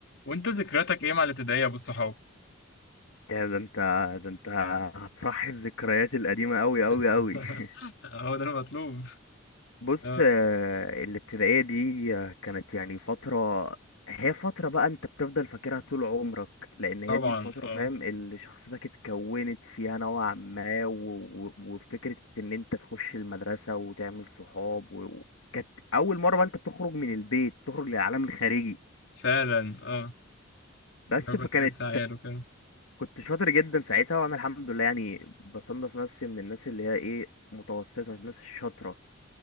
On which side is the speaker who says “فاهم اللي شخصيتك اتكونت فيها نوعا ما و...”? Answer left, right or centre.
Left